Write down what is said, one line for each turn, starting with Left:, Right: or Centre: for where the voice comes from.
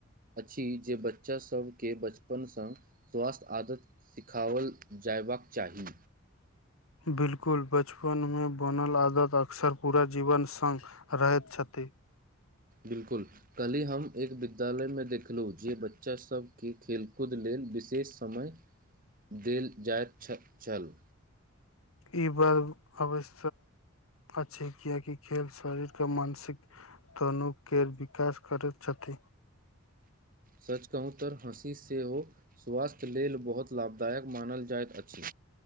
Right: अछि जे बच्चास सभके बचपनसँ स्वास्थ्य आदत सिखाओल जा जयबाक चाही
Left: बिलकुल बचपनमे बनल आदत अक्सर पूरा जीवन सङ्ग रहैत छथिन <inaudible>
Right: बिलकुल कली हम एक वि विद्यालयमे देखलहुँ जे बच्चासभके खेलकूद लेल विशेष समय देल जाइत छल छल
Left: ई बर्ग अवश अछि कियाकि खेल शरीरके मानसिक तनु के विकास करैत छथि <unintelligible>
Right: सच कहूँ तऽ हँसी सेहो स्वास्थ्य लेल बहुत लाभदायक मानल जाइत अछि।